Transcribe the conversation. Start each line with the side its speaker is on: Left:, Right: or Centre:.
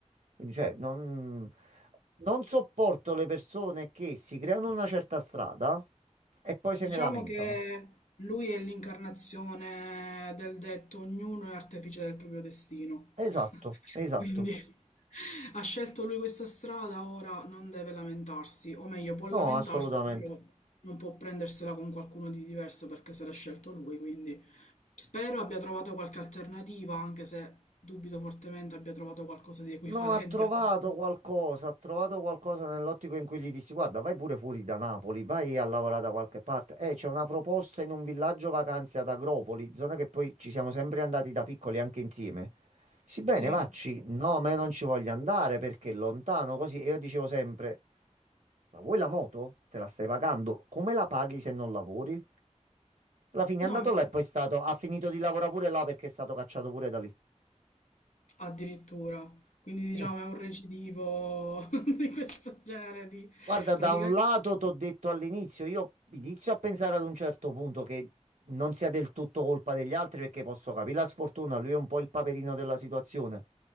Right: Quindi, cioè, non, non sopporto le persone che si creano una certa strada e poi se
Left: diciamo
Right: ne lamentano.
Left: che lui è l'incarnazione del detto ognuno è artefice del proprio destino.
Right: Esatto, esatto.
Left: Quindi <laughs> ha scelto lui questa strada, ora non deve lamentarsi, o meglio, può lamentarsi,
Right: No, assolutamente.
Left: però non può prendersela con qualcuno di diverso perché se l'ha scelto lui, quindi spero abbia trovato qualche alternativa, anche se dubito fortemente abbia trovato qualcosa di equivalente
Right: No, ha trovato
Left: a questo.
Right: qualcosa, ha trovato qualcosa nell'ottico in cui gli dissi, guarda, vai pure fuori da Napoli, vai a lavorare da qualche parte. Eh, c'è una proposta in un villaggio vacanze ad Agropoli, zona che poi ci siamo sempre andati da piccoli anche insieme. Sì, bene,
Left: Sì,
Right: vacci. No, ma io non ci voglio andare perché è lontano, così. E io dicevo sempre, ma vuoi la moto? Te la stai pagando? Come la paghi se non lavori? Alla fine è
Left: no,
Right: andato
Left: inf-
Right: là e poi è stato, ha finito di lavorare pure là perché è stato cacciato pure da lì.
Left: addirittura. Quindi diciamo
Right: Sì.
Left: è un recidivo <laughs> di questo genere di
Right: Guarda,
Left: praticamente
Right: da un lato ti ho detto all'inizio, io inizio a pensare ad un certo punto che non sia del tutto colpa degli altri perché posso capire la sfortuna, lui è un po' il paperino della situazione,